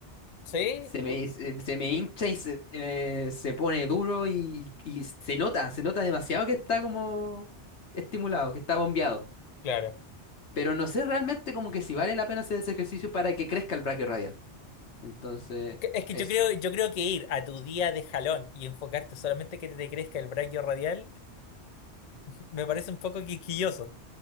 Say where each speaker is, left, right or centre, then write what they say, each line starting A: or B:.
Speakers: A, on the left; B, on the left.
A: sí,
B: Se me,
A: u-
B: se, se me hincha y se, eh, se pone duro y, y se nota, se nota demasiado que está como estimulado, que está bombeado.
A: claro.
B: Pero no sé realmente como que si vale la pena hacer ese ejercicio para que crezca el braquio radial. Entonces,
A: Es que
B: eso.
A: yo creo, yo creo que ir a tu día de jalón y enfocarte solamente que te crezca el braquio radial <laughs> me parece un poco quisquilloso.